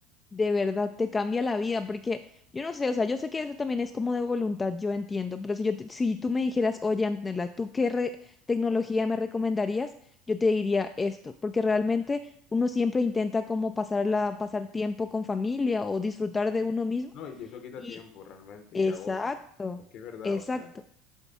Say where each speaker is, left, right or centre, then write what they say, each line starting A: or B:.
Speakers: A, on the left; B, on the left.
A: De verdad, te cambia la vida, porque yo no sé, o sea, yo sé que eso también es como de voluntad, yo entiendo, pero si yo, te- si tú me dijeras, oye, Antonella, ¿tú qué re- tecnología me recomendarías? Yo te diría esto, porque realmente uno siempre intenta como pasarla, pasar tiempo con familia o disfrutar de uno mismo.
B: No, y eso quita
A: Y
B: tiempo realmente
A: exacto,
B: y agota. Es que es verdad,
A: exacto.
B: o sea,